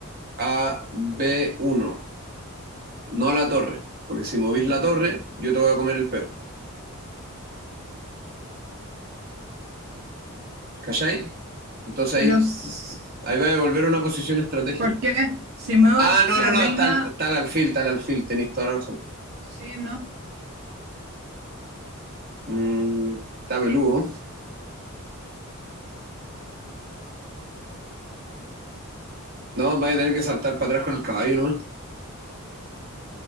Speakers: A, on the right (about 45°); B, on the right (about 60°).
A: a b uno, no la torre, porque si movís la torre, yo te voy a comer el peón. ¿Cachai? Entonces
B: pero,
A: ahí,
B: s-
A: ahí va a volver a una posición estratégica.
B: ¿por qué? Si muevo
A: Ah, no,
B: la
A: no,
B: reina,
A: no, está, el- está el alfil, está el alfil, tenéis toda la razón.
B: sí, ¿no?
A: Mm, está peludo. No, vais a tener que saltar para atrás con el caballo, ¿no?